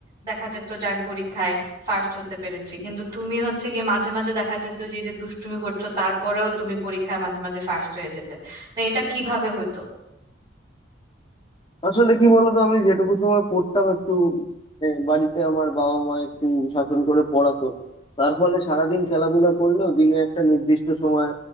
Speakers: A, on the right (about 20°); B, on the left (about 25°).
A: দেখা যেত যে আমি পরীক্ষায় ফার্স্ট হতে পেরেছি কিন্তু তুমি হচ্ছে গিয়ে মাঝে মাঝে দেখা যেত যে এই যে দুষ্টুমি করছো তারপরেও তুমি পরীক্ষায় মাঝে মাঝে ফার্স্ট হয়ে যেতে না এটা কিভাবে হইতো
B: আসলে কি বলতো আমি যেটুকু সময় পড়তাম একটু আহ, বাড়িতে আমার বাবা মা একটু শাসন করে পড়াতো তার ফলে সারাদিন খেলাধুলা করলেও দিনে একটা নির্দিষ্ট সময়